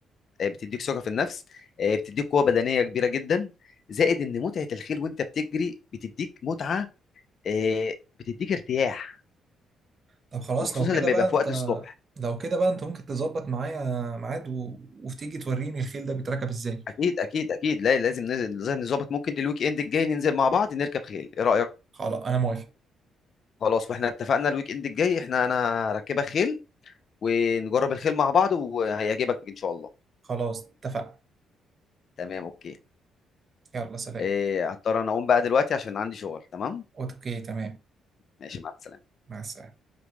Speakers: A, on the left (about 55°); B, on the right (about 40°).
A: آه، بتديك ثقة في النفس آه، بتديك قوة بدنية كبيرة جدا زائد إن متعة الخيل وأنت بتجري بتديك متعة آه، بتديك ارتياح
B: طب خلاص
A: وخصوصا
B: لو كده
A: لما
B: بقى
A: يبقى في
B: انت
A: وقت الصبح
B: لو كده بقى انت ممكن تظبط معايا ميعاد و... وتيجي توريني الخيل ده بيتركب ازاي
A: أكيد أكيد أكيد لا لازم نز- لازم نظبط ممكن الويك إند الجاي ننزل مع بعض نركب خيل إيه رأيك؟
B: خلاص انا موافق
A: خلاص واحنا اتفقنا الويك إند الجاي احنا أنا راكبة خيل ونجرب الخيل مع بعض وهيعجبك ان شاء الله
B: خلاص اتفقنا
A: تمام اوكي
B: يلا سلام
A: إيه هضطر انا اقوم بقى دلوقتي عشان عندي شغل تمام
B: اوكي تمام
A: ماشي مع السلامة
B: مع السلامة